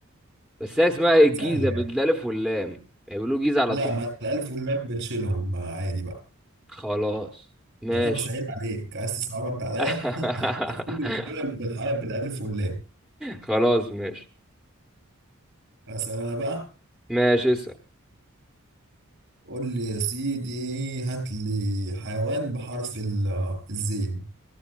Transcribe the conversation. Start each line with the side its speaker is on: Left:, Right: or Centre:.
Centre: بس هي اسمها الجيزة
Right: سهلة يعني
Centre: بالالف واللام بيقولوا جيزة على
Right: لا
Centre: طول
Right: ما الألف واللام بنشيلهم ما عادي بقى
Centre: خلاص ماشي
Right: يعني أنا بسهل عليك عايز تصعب أنت عليا
Centre: <laughs>
Right: <laughs> تفضل الدول بالحرف بالألف واللام
Centre: خلاص ماشي
Right: أسأل أنا بقى
Centre: ماشي اسأل
Right: قول لي يا سيدي هات لي حيوان بحرف ال- الزين